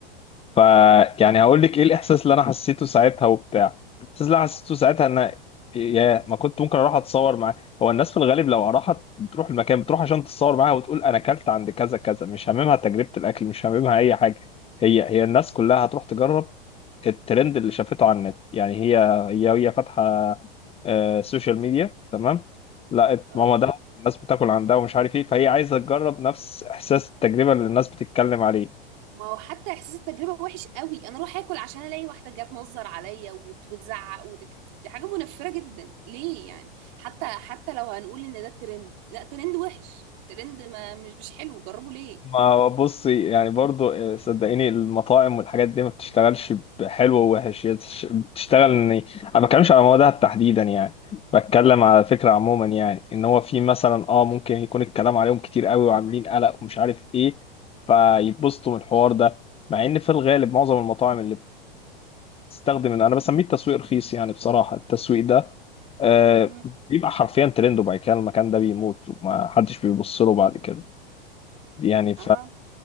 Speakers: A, on the left (about 20°); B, on the right (about 45°).
A: ف يعني هقول
B: مم.
A: لك ايه الاحساس اللي انا حسيته ساعتها وبتاع الاحساس اللي انا حسيته ساعتها
B: ايه
A: ان يا ما كنت ممكن اروح اتصور معاه هو الناس في الغالب لو راحت بتروح المكان بتروح عشان تتصور معاها وتقول انا اكلت عند كذا كذا مش هاممها تجربة الاكل مش هاممها اي حاجة هي هي الناس كلها هتروح تجرب الترند اللي شافته على النت يعني هي هي هي فاتحة آه، سوشيال ميديا تمام لقت
B: اه
A: ماما ده الناس بتاكل عندها ومش عارف ايه فهي عايزة تجرب نفس احساس التجربة اللي الناس بتتكلم عليه
B: ما هو حتى احساس التجربه وحش قوي انا اروح اكل عشان الاقي واحده جت تنظر عليا وت- وتزعق وتك... دي حاجه منفره جدا ليه يعني حتى حتى لو هنقول ان ده الترند لا ترند وحش ترند ما مش مش حلو جربه ليه
A: ما هو بصي يعني برضو آه، صدقيني المطاعم والحاجات دي ما بتشتغلش بحلو ووحش هي بتش- بتشتغل ان انا ما بتكلمش على مواد تحديدا يعني بتكلم على فكره عموما يعني ان هو في مثلا اه ممكن يكون الكلام عليهم كتير قوي وعاملين قلق ومش عارف ايه فيتبسطوا من الحوار ده مع ان في الغالب معظم المطاعم اللي بتستخدم انا بسميه التسويق رخيص يعني بصراحه التسويق ده آه
B: مهم.
A: بيبقى حرفيا ترند وبعد كده المكان ده بيموت وما حدش بيبص له بعد كده يعني
B: اها